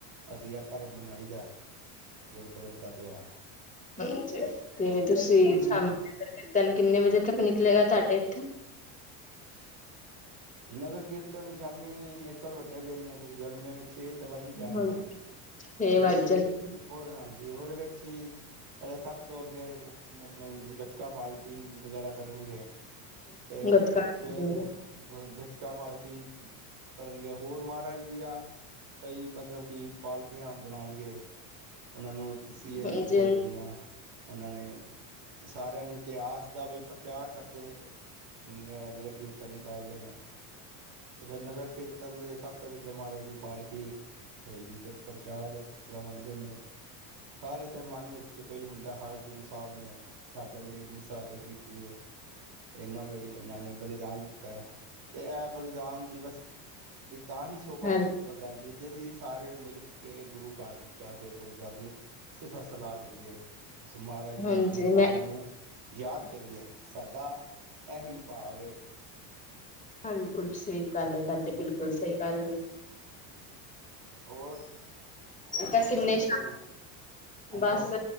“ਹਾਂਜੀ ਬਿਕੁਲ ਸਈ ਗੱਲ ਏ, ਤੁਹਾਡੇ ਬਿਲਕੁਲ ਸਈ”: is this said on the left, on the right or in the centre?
Left